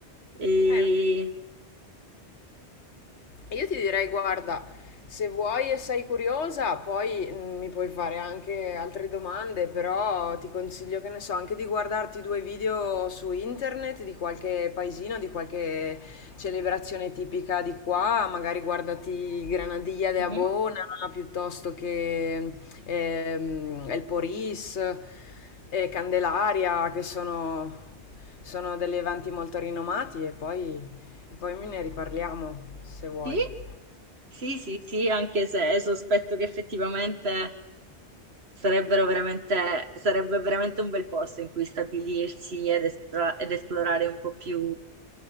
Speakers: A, on the right; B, on the left.
A: E...
B: Eh. Io ti direi, guarda, se vuoi e sei curiosa, poi mm, mi puoi fare anche altre domande, però ti consiglio, che ne so, anche di guardarti due video su internet di qualche paesino, di qualche celebrazione tipica di qua, magari guardati Granadilla de
A: Mhm.
B: Abona piuttosto che ehm, El Poris, eh, Candelaria, che sono, sono degli eventi molto rinomati e poi, e poi ne riparliamo se vuoi.
A: Sì? Sì, sì, sì, anche se sospetto che effettivamente sarebbero veramente, sarebbe veramente un bel posto in cui stabilirsi ed, espra- ed esplorare un po' più